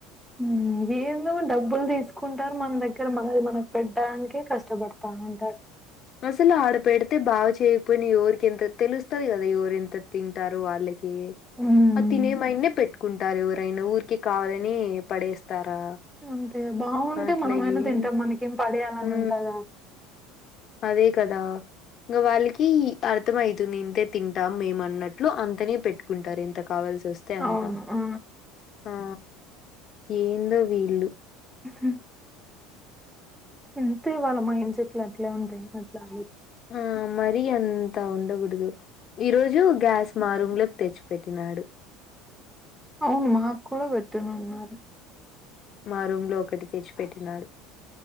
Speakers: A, in the centre; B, on the left.
A: ఉమ్ ఏందో డబ్బులు తీసుకుంటారు మన దగ్గర మనది మనకు పెట్టడానికే కష్టపడతా ఉంటరు
B: అసలు ఆడ పెడితే బాగా చేయకపోయినా ఎవరికి ఎంత తెలుస్తది కదా ఎవరు ఎంత తింటారు వాళ్ళే ఉమ్
A: హ్మ్
B: తినేమైనే పెట్టుకుంటారు ఎవరైనా ఊరికి కావాలని పడేస్ తారా
A: అంతే బావుంటే
B: అట్లా
A: మనమైనా
B: ఏం
A: తింటాం మనకేం పడేయాలని
B: ఉ
A: ఉంటదా?
B: అదే కదా ఇంగ వాళ్ళకి అర్థం ఐతుంది ఇంతే తింటాం మేము అన్నట్లు అంతనే పెట్టుకుంటారు ఇంత కావాల్సి వస్తే అంతా
A: అవును ఆ
B: ఆ ఏందో వీళ్ళు
A: ఉహు అంతే వాళ్ళ మైండ్ సెట్లు అట్లే ఉంటాయి అట్లా అని
B: ఆ మరి అంతా ఉండకూడదు ఈ రోజు గ్యాస్ మా రూమ్లోకి తెచ్చిపెట్టినాడు
A: అవును మాక్కూడా పెట్టినన్నున్నారు
B: మా రూమ్ లో ఒకటి తెచ్చిపెట్టినారు